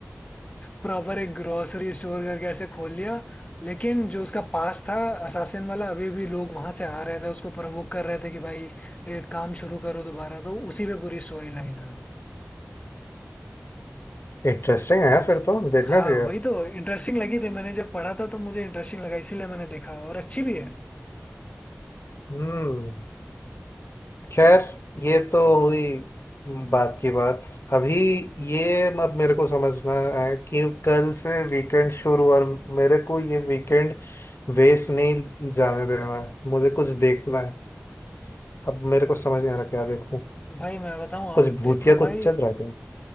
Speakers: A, on the left; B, on the left.
A: प्रॉपर <laughs> एक ग्रोसरी स्टोर करके ऐसे खोल लिया लेकिन जो उसका पास था असासिन वाला अभी भी लोग वहां से आ रहे थे उसको प्रवोक कर रहे थे कि भाई ये काम शुरू करो दोबारा तो उसी पे पूरी स्टोरी लाइन है
B: इंटरेस्टिंग है फिर तो देखना
A: हाँ
B: चाहिए
A: वही तो इंटरेस्टिंग लगी थी मैंने जब पढ़ा था तो मुझे इंटरेस्टिंग लगा इसीलिए मैंने देखा और अच्छी भी है
B: हम्म खैर ये तो हुई बात की बात अभी ये मत मेरे को समझना है कि कल से वीकेंड शुरू और मेरे को ये वीकेंड वेस्ट नहीं जाने देना है मुझे कुछ देखना है अब मेरे को समझ नहीं आ रहा क्या देखूं
A: भाई मैं बताऊं आप
B: कुछ भूतिया
A: देखो
B: कुछ
A: भाई
B: चल रहा है क्या